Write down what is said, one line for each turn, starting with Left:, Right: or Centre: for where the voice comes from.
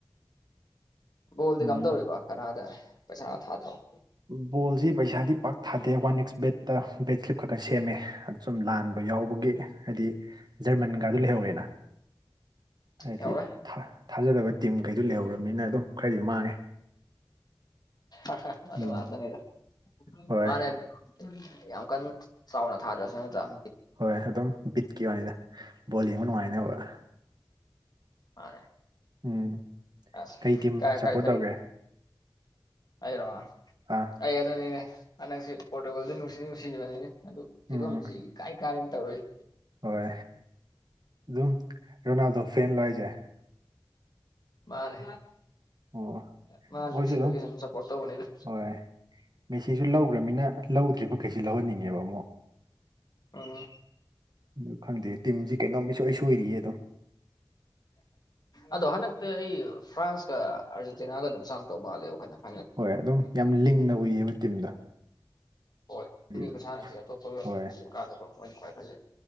Left: ꯕꯣꯜꯗꯤ
Right: ꯎꯝ
Left: ꯀꯝꯗꯧꯔꯤꯀꯣ ꯀꯅꯥꯗ ꯄꯩꯁꯥ ꯊꯥꯗ꯭ꯔꯣ
Right: ꯕꯣꯜꯁꯤ ꯄꯩꯁꯥꯗꯤ ꯄꯥꯛ ꯊꯥꯗꯦ ꯋꯥꯟ ꯑꯦꯛꯁ ꯕꯦꯠꯇ ꯕꯦꯠ ꯀꯞ ꯈꯀ ꯁꯦꯝꯃꯦ ꯁꯨꯝ ꯂꯥꯟꯕ ꯌꯥꯎꯕꯒꯤ ꯍꯥꯏꯗꯤ ꯖꯔꯃꯟꯒꯗꯣ ꯂꯩꯍꯧꯔꯦꯅ
Left: ꯂꯩꯍꯧꯔꯦ
Right: ꯍꯥꯏꯗꯤ ꯊꯥꯖꯗꯕ ꯇꯤꯝꯈꯩꯗꯨ ꯂꯩꯍꯧꯔꯕꯅꯤꯅ ꯑꯗꯨꯝ ꯈꯔꯗꯤ ꯃꯥꯡꯉꯦ
Left: ꯑ ꯑꯗꯨ
Right: ꯎꯝ
Left: ꯉꯥꯛꯇꯅꯤꯗ
Right: ꯍꯣꯏ
Left: ꯃꯥꯅꯦ ꯌꯥꯝ ꯀꯟꯅ ꯆꯥꯎꯅ ꯊꯥꯗꯔꯁꯨ ꯅꯠꯇꯔꯥ
Right: ꯍꯣꯏ ꯑꯗꯨꯝ ꯕꯤꯠꯀꯤ ꯋꯥꯅꯤꯗ ꯕꯣꯜ ꯌꯦꯡꯕ ꯅꯨꯡꯉꯥꯏꯅꯕ
Left: ꯃꯥ
Right: ꯎꯝ
Left: ꯑꯁꯦ
Right: ꯀꯩ ꯇꯤꯝ
Left: ꯀ
Right: ꯁꯞꯄꯣꯔꯠ
Left: ꯀꯥ <inaudible> ꯏ ꯀꯔꯤ
Right: ꯇꯧꯒꯦ
Left: ꯑꯩꯔꯣ
Right: ꯑꯥ
Left: ꯑꯩ ꯑꯗꯨꯅꯤꯅꯦ ꯍꯟꯗꯛꯁꯤ ꯄꯣꯔꯇꯨꯒꯜꯗꯨ ꯅꯨꯡꯗꯤ ꯅꯨꯡꯁꯤꯕꯅꯤꯅꯦ ꯑꯗꯨ ꯐꯤꯕꯝꯁꯤ
Right: ꯎꯝ
Left: ꯀꯥꯏ ꯀꯅꯦ ꯇꯧꯦ <inaudible>
Right: ꯍꯣꯏ ꯑꯗꯨꯝ ꯔꯣꯅꯥꯜꯗꯣ ꯐꯦꯟ ꯂꯣ ꯍꯥꯢꯁꯦ
Left: ꯃꯥꯅꯦ
Right: ꯑꯣ
Left: ꯃꯥ
Right: ꯑꯩꯈꯣꯏꯁꯨ
Left: ꯅꯨꯡꯁꯤꯕꯒꯤ
Right: ꯑꯗꯨꯝ
Left: ꯁꯨꯝ ꯁꯞꯄꯣꯔꯠ ꯇꯧꯕꯅꯦꯗ
Right: ꯍꯣꯏ ꯃꯦꯁꯤꯁꯨ ꯂꯧꯈ꯭ꯔꯃꯤꯅ ꯂꯧꯗ꯭ꯔꯤꯕꯈꯩꯁꯤ ꯂꯧꯍꯟꯅꯤꯡꯉꯦꯕ ꯑꯃꯨꯛ
Left: ꯑꯝ
Right: ꯑꯗꯨ ꯈꯪꯗꯦ ꯇꯤꯝꯁꯤ ꯀꯩꯅꯣꯝ ꯃꯤꯁꯣꯏ ꯁꯣꯏꯔꯤꯌꯦ ꯑꯗꯨꯝ
Left: ꯑꯗꯣ ꯍꯟꯗꯛꯇꯗꯤ ꯐ꯭ꯔꯥꯟꯁꯀ ꯑꯥꯔꯖꯦꯟꯇꯤꯅꯥꯒ ꯑꯗꯨꯝ ꯆꯥꯡꯉꯥꯛꯇꯧ ꯃꯥꯜꯂꯦꯕ ꯍꯟꯗꯛ
Right: ꯍꯣꯏ ꯑꯗꯨꯝ ꯌꯥꯝ ꯂꯤꯡꯅ ꯎꯏꯌꯦꯕ ꯇꯤꯝꯗꯣ
Left: ꯍꯣꯏ
Right: ꯍꯥꯏꯗꯤ-
Left: ꯃꯤꯅꯤ ꯃ ꯁꯥꯟꯅꯁꯤ <inaudible> ꯑꯇꯣꯞꯄꯥꯟꯗ
Right: ꯍꯣꯏ
Left: ꯈ ꯐꯖꯩ